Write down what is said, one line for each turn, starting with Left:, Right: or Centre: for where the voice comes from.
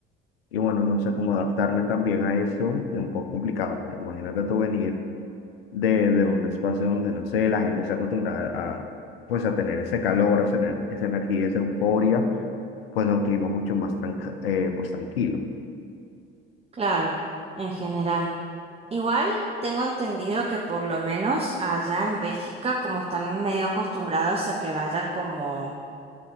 Left: y bueno, no sé cómo adaptarme también a eso, es un poco complicado, porque imagínate tú venir de, de un espacio donde, no sé, la gente se acostumbra a, pues a tener ese calor, a tener esa energía, esa euforia, pues a un clima mucho más tranca- eh, pues tranquilo.
Right: Claro, en general. Igual tengo entendido que por lo menos allá en Bélgica, como están medio acostumbrados a que vayan como